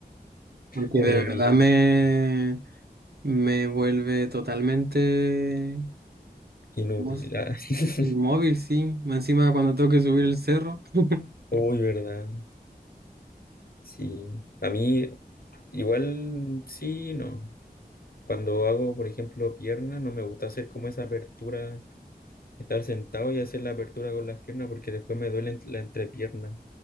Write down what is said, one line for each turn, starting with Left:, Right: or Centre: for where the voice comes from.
Right: porque
Left: Oye,
Right: de
Left: a
Right: verdad
Left: mí,
Right: me, me vuelve totalmente
Left: Inútil.
Right: como s-
Left: ah. <laughs>
Right: inmóvil, sí. Más Encima cuando tengo que subir el cerro. <laughs>
Left: Uy, ¿verdad? Sí. A mí igual sí, no. Cuando hago, por ejemplo, piernas, no me gusta hacer como esa apertura, estar sentado y hacer la apertura con las piernas porque después me duele la entrepierna.